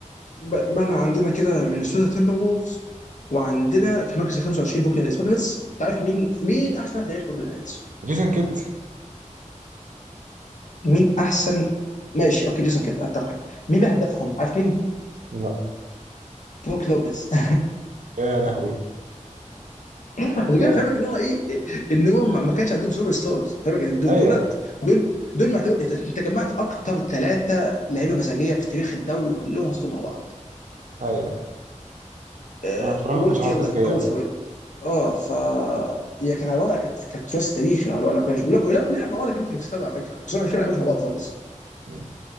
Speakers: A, on the left; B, on the right.
A: ب- بقى عندنا كده مينيسوتا تيمبر وولفز وعندنا في مركز ال 25 بوكلين نتس بوكلين نتس انت عارف مين مين احسن في تاريخ بوكلين نتس
B: جيسون كيد
A: مين احسن ماشي اوكي جيسون كده اعتقد مين بقى هدافهم عارف مين
B: لا
A: بروك لوبيز <laughs>
B: يا لهوي
A: عشان كده
B: يا
A: فاهمك
B: لهوي
A: ان هو ايه ان هو ما ما كانش عندهم سوبر ستارز فاهمك إن دو-
B: ايوه
A: دولت دول دول معتبر انت جمعت اكتر ثلاثه لعيبه مزاجيه في تاريخ الدوري كلهم حطيتهم مع بعض
B: ايوه
A: آه،
B: انا بصراحه
A: وقلت
B: ما كانتش حركه
A: يلا
B: ذكيه
A: جو
B: قوي
A: فور
B: يعني
A: ات اه ف هي كانت على الوضع كانت كانت ثلاثي تاريخي على الوضع لو كانش لا ولو لعب مع بعض كان ممكن يكسبوا على فكره بس هم مش بيلعبوش مع بعض خالص
B: مم.